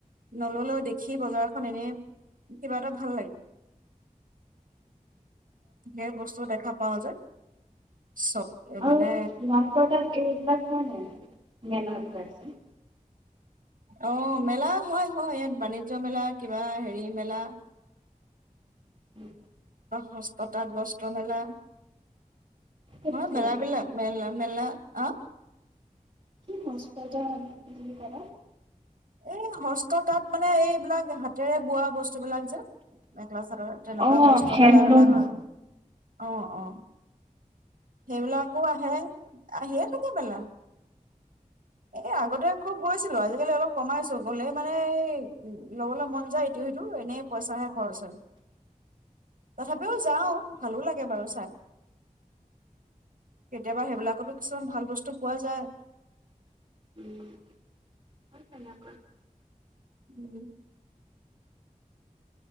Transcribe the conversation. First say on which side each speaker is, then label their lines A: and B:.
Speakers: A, on the right (about 70°); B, on the right (about 35°).
A: নল'লেও দেখি বজাৰখন এনেই কিবা এটা ভাল লাগে। ধেই বস্তু দেখা পাওঁ যে চব মানে
B: আউ তোমালোকৰ তাত এই বিলাক হয় নাই মেনা বিলাকজে <unintelligible>
A: অ মেলা হয় হয় ইয়াত বাণিজ্য মেলা কিবা হেৰি মেলা
B: উম
A: হস্ততাঁত বস্ত্ৰ মেলা
B: সেইটো
A: হয়
B: কি
A: মেলা
B: আকৌ
A: বিলাক মেল মেলা অ
B: কি হস্ত তাত বুলি কলা?
A: এই হস্ত তাত মানে এইবিলাক হাতেৰে বোৱা বস্তু বস্তুবিলাক যে মেখেলা চাদৰ তেনেকুৱা
B: অ'
A: বস্ত্ৰ
B: হেণ্ডলুম।
A: মেলা বিলাক হয় অ অ। সেইবিলাকো আহে। আহিয়ে থাকে মেলা এ আগতে খুব গৈছিলোঁ আজিকালি অলপ কমাইছো গলে মানে এই ল'বলৈ মন যায় ইটো সিটো এনেই পইচাহে খৰচ হয় তথাপিও যাওঁ ভালো লাগে বাৰু চাই। কেতিয়াবা সেইবিলাকতো কিছুমান ভাল বস্তু পোৱা যায়।
B: <unintelligible>
A: উম